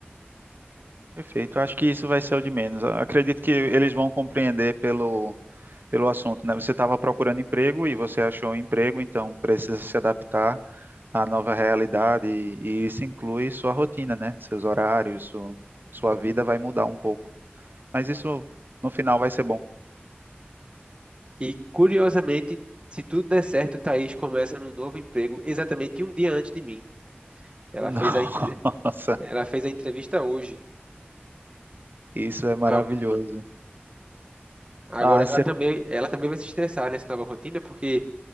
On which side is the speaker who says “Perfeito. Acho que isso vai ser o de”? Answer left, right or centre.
Right